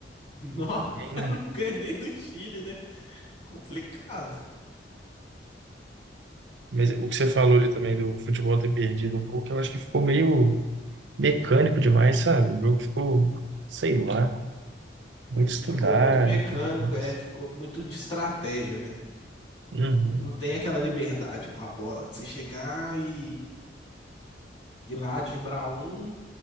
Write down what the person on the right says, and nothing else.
nem,
né?
Mas o que você falou ali também do futebol ter perdido um pouco, eu acho que ficou meio mecânico demais, sabe? O jogo ficou, sei lá, muito estudado
e tudo mais.
Uhum.